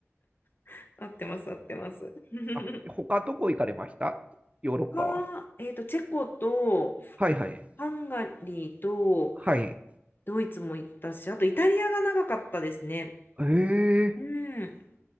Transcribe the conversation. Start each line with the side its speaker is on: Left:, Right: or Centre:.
Left: <laughs> 合ってます、合ってます。<laughs>
Right: あ、他どこ行かれましたヨーロッパは。
Left: 他は、えっと、チェコと
Right: はいはい。
Left: ハンガリーと
Right: はい。
Left: ドイツも行ったし、あとイタリアが長かったですね。
Right: え
Left: うん。
Right: ー、